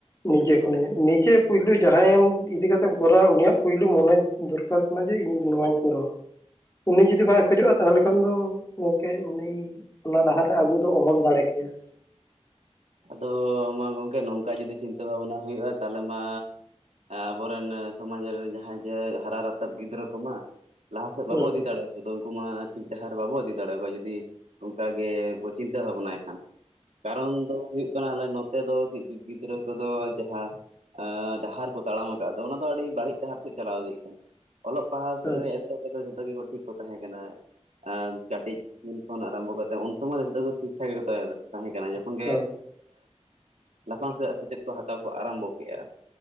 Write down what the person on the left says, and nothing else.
ᱱᱤᱡᱮ ᱠᱷᱚᱱ ᱱᱤᱡᱮ ᱯᱩᱭᱞ ᱡᱟᱦᱟᱸᱭᱮᱢ ᱤᱫᱤ ᱠᱟᱛᱮᱢ ᱠᱚᱨᱟᱣᱟ ᱩᱱᱤᱭᱟᱜ ᱯᱳᱭᱞᱳ ᱢᱚᱱᱮ ᱫᱚᱨᱠᱟᱨ ᱠᱟᱱᱟ ᱡᱮ ᱤᱧ ᱱᱚᱣᱟᱧ ᱠᱚᱨᱟᱣᱟ ᱩᱱᱤ ᱡᱩᱫᱤ ᱵᱟᱭ ᱠᱷᱚᱡᱚᱜᱼᱟ ᱛᱟᱦᱚᱞᱮ ᱠᱷᱟᱱ ᱫᱚ ᱜᱚᱢᱠᱮ ᱩᱱᱤ ᱚᱱᱟ ᱰᱟᱦᱟᱨ ᱨᱮ ᱟᱹᱜᱩ ᱫᱚ ᱚᱦᱚᱱ ᱫᱟᱲᱮ ᱠᱮ ᱴᱤᱠ
ᱦᱩᱸ
ᱟᱪᱪᱷᱟ
ᱦᱮᱸ